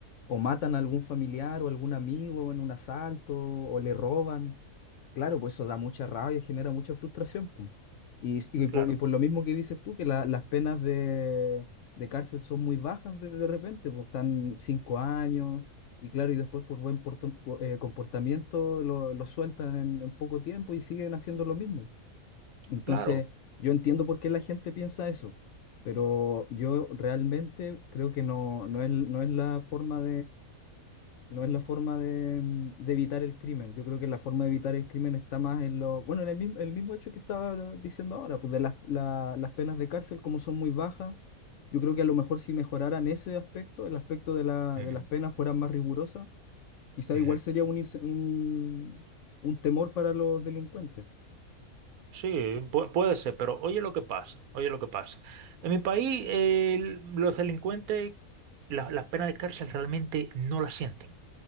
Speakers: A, on the left; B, on the right.
A: o matan a algún familiar o algún amigo en un asalto o le roban. Claro, pues eso da mucha rabia, genera mucha frustración. po. Y, s- y por,
B: Claro,
A: y por lo mismo que dices tú, que la- las penas de, de cárcel son muy bajas de, de repente, pues están cinco años, y claro, y después por buen portón- po- eh, comportamiento lo, lo sueltan en, en poco tiempo y siguen haciendo lo mismo. Entonces,
B: claro.
A: yo entiendo por qué la gente piensa eso, pero yo realmente creo que no, no es, no es la forma no es la forma de, mm, de evitar el crimen. Yo creo que la forma de evitar el crimen está más en lo, bueno, en el mismo, el mismo hecho que estaba diciendo ahora, pues de las, la- las penas de cárcel, como son muy bajas, yo creo que a lo mejor si mejoraran ese aspecto, el aspecto de la,
B: Ujú,
A: de las penas fueran más rigurosas, quizá
B: ujú.
A: igual sería un, ince- un, un temor para los delincuentes.
B: Sí, pu- puede ser, pero oye lo que pasa, oye lo que pasa. En mi país, eh, el- los delincuentes, la- las penas de cárcel realmente no las sienten.